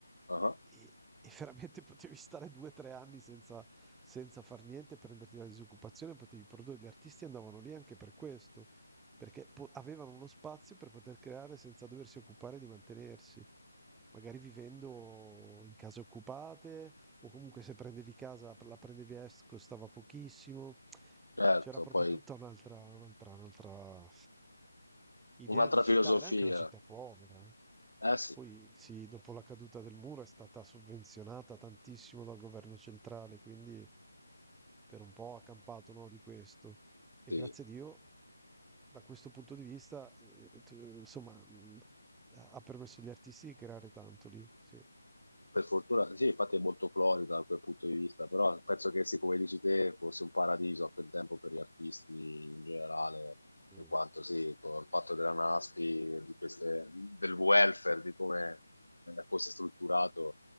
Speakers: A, on the left; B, in the centre.
A: Ah,
B: e, e veramente potevi stare due o tre anni senza, senza far niente, prenderti la disoccupazione, potevi produrre. Gli artisti andavano lì anche per questo, perché po- avevano uno spazio per poter creare senza doversi occupare di mantenersi. Magari vivendo in case occupate, o comunque se prendevi casa, la prendevi a est, costava pochissimo.
A: certo,
B: C'era proprio
A: poi
B: tutta un'altra, un'altra, un'altra idea
A: un'altra
B: di città,
A: filosofia,
B: era anche una città povera. eh.
A: eh sì.
B: Poi sì, dopo la caduta del muro è stata sovvenzionata tantissimo dal governo centrale, quindi per un po' ha campato, no, di questo. E
A: Sì.
B: grazie a Dio, da questo punto di vista, eh, t- eh, insomma, mh, ha permesso agli artisti di creare tanto lì, sì.
A: Per fortuna, sì, infatti è molto florida da quel punto di vista, però penso che, sì, come dici te, fosse un paradiso a quel tempo per gli artisti in generale,
B: Sì.
A: in quanto sì, con il fatto della NASPI, di queste- del welfare, di come eh, fosse strutturato,